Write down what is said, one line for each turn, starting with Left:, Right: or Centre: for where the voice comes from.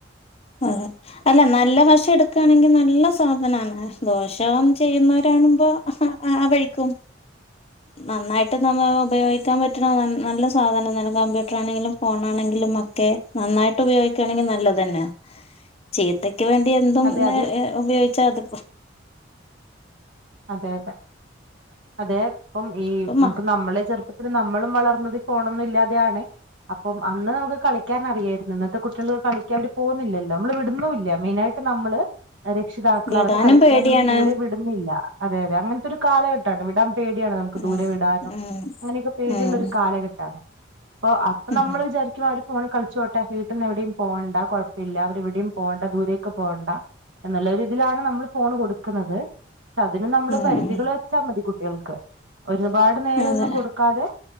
Left: അതെ അല്ല നല്ല വശം എടുക്കാണെങ്കി നല്ല സാധനാണ് ദോഷം ചെയ്യുന്നവരാണുമ്പോ ആഹ് ആ വഴിക്കും നന്നായിട്ട് നമ്മ ഉപയോഗിക്കാൻ പറ്റണ നല്ല സാധനം തന്നെ കമ്പ്യൂട്ടർ ആണെങ്കിലും ഫോണാണെങ്കിലും ഒക്കെ നന്നായിട്ട് ഉപയോഗിക്കാണെങ്കി നല്ലതെന്നെയാ ചീത്തയ്ക്ക് വേണ്ടി എന്തും
Right: അതെ
Left: <unintelligible>
Right: അത്
Left: ഉപയോഗിച്ചാ അത്
Right: അതെ അതെ അതെ ഇപ്പം ഈ
Left: ഇപ്പ
Right: നമ്മക്ക് നമ്മളെ ചെറുപ്പ പിന്നെ നമ്മളും വളർന്നത് ഈ ഫോണൊന്നും ഇല്ലാതെയാണ് അപ്പം അന്ന് നമ്മക്ക് കളിക്കാൻ അറിയാരുന്നു ഇന്നത്തെ കുട്ട്യേൾക്ക് കളിക്കാൻ അവര് പോകുന്നില്ലല്ലോ നമ്മള് വിടുന്നൂല്ല മെയിനായി ട്ട് നമ്മള് രക്ഷിതാക്കള്
Left: വിടാനും
Right: അവരെ കളിക്കാനും
Left: പേടിയാണ്
Right: ദൂരെ വിട് വിടുന്നില്ല അതെ അതെ അങ്ങൻത്തൊരു കാലഘട്ടാണ് വിടാൻ പേടിയാണ് നമുക്ക്
Left: ഉം
Right: ദൂരെ വിടാനും
Left: ഉം
Right: അങ്ങനെയൊക്കെ പേടിയുള്ളൊരു
Left: ഉം
Right: കാലഘട്ടാണ്. പ്പൊ അപ്പൊ
Left: ഉം
Right: നമ്മള് വിചാരിക്കും അവര് ഫോണിൽ കളിച്ചോട്ടെ വീട്ടീന്ന് എവിടെയും പോണ്ട കൊഴ പ്പെല്ല അവര് എവിടെയും പോണ്ട ദൂരേക്ക് പോണ്ട എന്നുള്ള ഒരു ഇതിലാണ് നമ്മൾ ഫോണ് കൊടുക്കുന്നത് അതിന് നമ്മള്
Left: ഉം
Right: പരിധികൾ
Left: ഉം
Right: വെച്ചാമതി കുട്ടികൾക്ക് ഒരുപാട് നേരൊന്നും
Left: അതെ
Right: കൊടുക്കാതെ